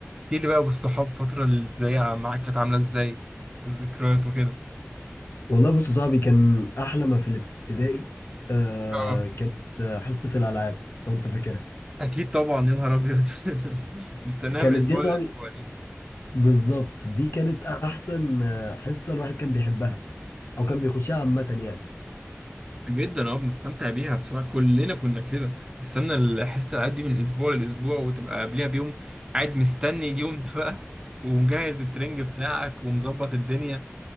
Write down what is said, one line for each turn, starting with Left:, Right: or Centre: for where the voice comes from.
Right: احكي لي بقى بالصحاب الفترة الابتدائية معاك كانت عاملة ازاي والذكريات وكده
Left: والله بص يا صاحبي كان احلى ما في الابتدائي آه
Right: اه
Left: كانت آه، حصه الالعاب لو انت فاكرها
Right: اكيد طبعا يا نهار ابيض <laughs> نستناها
Left: كانت
Right: من الأسبوع
Left: دي يا صاحبي
Right: للأسبوع دي
Left: بالظبط دي كانت احسن آه، حصه الواحد كان بيحبها او كان بيخشها عامه يعني
Right: جدا اه بنستمتع بيها بصراحة كلنا كنا كده نستنى الحصة الألعاب دي من الأسبوع للأسبوع وتبقى قبلها بيوم قاعد مستني اليوم ده بقى <laughs> ومجهز الترنج بتاعك ومظبط الدنيا